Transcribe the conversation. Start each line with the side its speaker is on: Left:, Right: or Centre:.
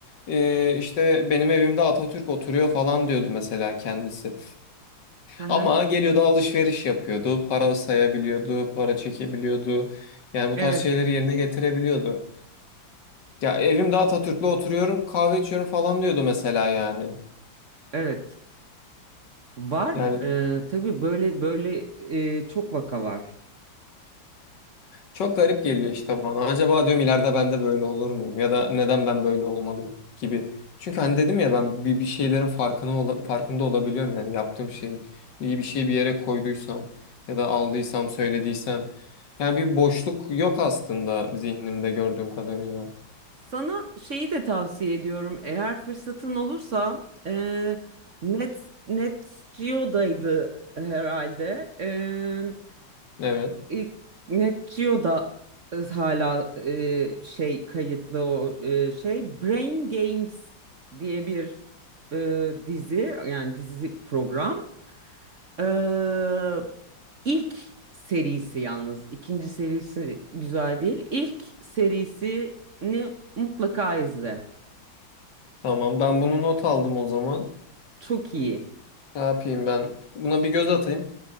Left: Ee, işte benim evimde Atatürk oturuyor falan diyordu mesela kendisi.
Right: Hı hı.
Left: Ama geliyordu alışveriş yapıyordu. Para sayabiliyordu, para çekebiliyordu. Yani bu
Right: Evet,
Left: tarz şeyleri yerine getirebiliyordu. Ya evimde Atatürk'le oturuyorum, kahve içiyorum falan diyordu mesela yani.
Right: evet. Var.
Left: Yani
Right: E, tabii böyle böyle e, çok vaka var.
Left: çok garip geliyor işte bana. Acaba diyorum ileride ben de böyle olur muyum? Ya da neden ben böyle olmadım gibi. Çünkü hani dedim ya ben bir, bir şeylerin farkına ola- farkında olabiliyorum yani yaptığım şeyin. İyi bir şey bir yere koyduysam ya da aldıysam, söylediysem. Yani bir boşluk yok aslında zihnimde gördüğüm kadarıyla.
Right: Sana şeyi de tavsiye ediyorum. Eğer fırsatın olursa e, Net Net Geo'daydı herhalde. E,
Left: Evet.
Right: E, NetGeo da e, hala e, şey kayıtlı o e, şey Brain Games diye bir e, dizi yani dizi program. Ee, ilk serisi yalnız ikinci serisi güzel değil. İlk serisini mutlaka izle.
Left: Tamam. Ben bunu not aldım o zaman.
Right: Çok iyi.
Left: Ne yapayım ben? Buna bir göz atayım.